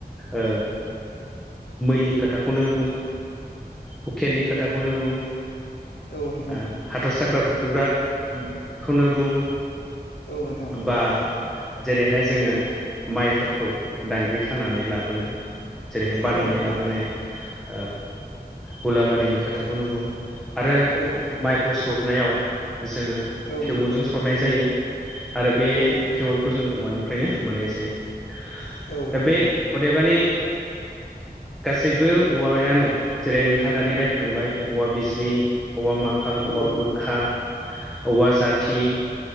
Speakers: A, in the centre; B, on the left (about 80°).
A: ओ मैनि खो थाखौनो बुं हुकेननि खोथाखौनो बुं
B: औ नोंथां
A: ओ हाथर साख्रा बुथुमग्राखौनो बुं
B: औ नोंथां
A: बा जेरैहाय जोङो माइफोरखौ दांग्रि खानानै लाबोनो जेरैहाय बाननानै
B: औ नोंथां
A: लाबोनायाव ओ हुलाबारिनि खोथाखौनो बुं आरो
B: औ नोंथां
A: माइ खौ सरनायाव जोङो
B: औ
A: थेमलजों
B: नोंथां
A: सरनाय जायो आरो बे
B: औ नोंथां
A: थे खौ जों औवानिफ्रायनो मोननाय जायो
B: औ
A: दा
B: नोंथां
A: बे अदेबानि गासैबो औवायानो जेरै नोंथाङा दानि रायखांबाय औवा बिजी औवा माखाल
B: औ
A: औवा बुरखा औवा जाथि